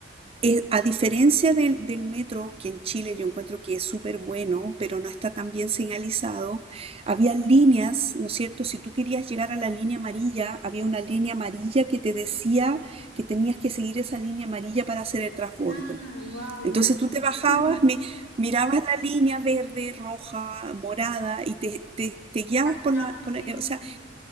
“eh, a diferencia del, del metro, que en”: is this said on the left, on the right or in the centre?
Right